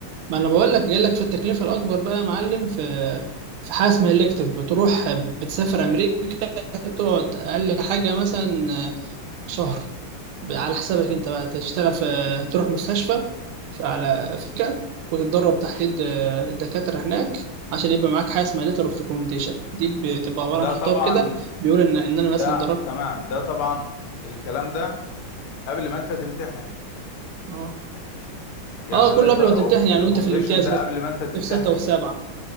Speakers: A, on the right; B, on the left.
A: ما انا بقول لك جاي لك في التكلفه الاكبر بقى يا معلم في في حاجه اسمها الكتف بتروح بتسافر امريكا تقعد اقل حاجه مثلا شهر على حسابك انت بقى تشتغل في تروح مستشفى في على فكره وتتدرب تحت ايد دكاتره هناك عشان يبقى معاك حاجه اسمها ليتر اوف ريكومنديشن دي بتبقى عباره
B: ده
A: عن خطاب
B: طبعا
A: كده بيقول ان ان انا مثلا
B: ده
A: اتدربت
B: تمام ده طبعا الكلام ده قبل ما انت تمتحن
A: اه
B: يعني
A: اه
B: letter
A: كله قبل ما
B: of
A: تمتحن يعني
B: recommendation
A: وانت في الامتياز
B: ده
A: مثلا
B: قبل ما انت تمتحن
A: في سته وفي سبعه